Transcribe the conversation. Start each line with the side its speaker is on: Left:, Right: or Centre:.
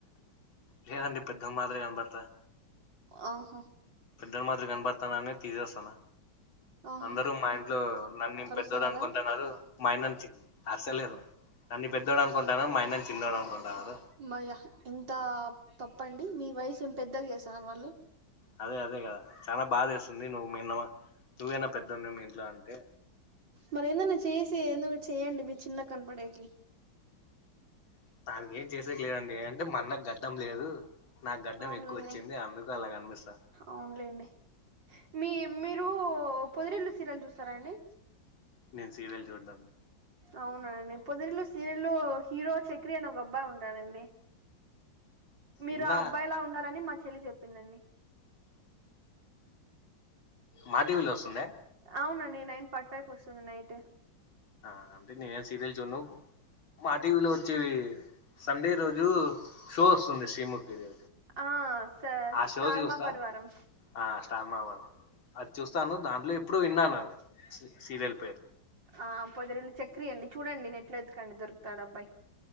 Left: లేదండి పెద్ద మాదిరే కనపడతా
Right: ఆహా
Left: పెద్దలు మాదీరిగా కనపడతానా అనే తీసేస్తాను
Right: ఆహా
Left: అందరూ మా ఇంట్లో నన్నే
Right: అరుస్తున్నారా
Left: పెద్దోడు అనుకుంటున్నారు మా యన్నను చి అస్సలేదు నన్న పెద్దోడు అనుకుంటున్నారు మాయన్నని చిన్నోడు అనుకుంటున్నారు
Right: మయ్య ఏంత తప్పండి మీ వయసు ఏం పెద్దగా చేసావా వాళ్ళు
Left: అదే అదే కదా చాలా బాధేస్తుంది నువ్వు మీన్న నువ్వేనా పెద్దనా మీ ఇంట్లో అంటే
Right: మరి ఏందన్నా చేసి ఏందో ఒకటి చేయండి మీరు చిన్నగా కనపడేకి
Left: తానికి ఏం చేసేకి లేదండి అంటే మ అన్నకు గడ్డం లేదు నాకు గడ్డం
Right: అవునులే
Left: ఎక్కువ వచ్చింది అందుకు అలా కనిపిస్తోంది
Right: అవునులేండి మీ మీరు పొదిరిల్లు సీరియల్ చూస్తారా అండి
Left: నేను సీరియల్ చూద్దా
Right: అవునండి పొదరిల్లు సీరియల్ లో హీరో చక్రి అని ఒక అబ్బాయి ఉంటాడండి మీరు
Left: ఇన్న
Right: ఆ అబ్బాయిలా ఉండారని మా చెల్లి చెప్పిందండి
Left: మాటీవీలో వస్తుందా
Right: అవునండి నైన్ ఫార్టీ ఫైవ్ కి వస్తాది నైట్
Left: ఆ అంటే నేనే సీరియల్ చూడను మా టీవీలో వచ్చేవి సండే రోజు షో వస్తుంది శ్రీముఖిది
Right: ఆ స
Left: ఆ
Right: స్టార్
Left: షో చూస్తా
Right: మా పరివారం
Left: ఆ స్టార్మావర్ అది చూస్తాను దాంట్లో ఎప్పుడు విన్నాను అది సీ- సీరియల్ పేరు
Right: ఆ పొదరిల్లు చక్రి అండి చూడండి నెట్లో ఎతుకండి దొరుకుతాడు అబ్బాయి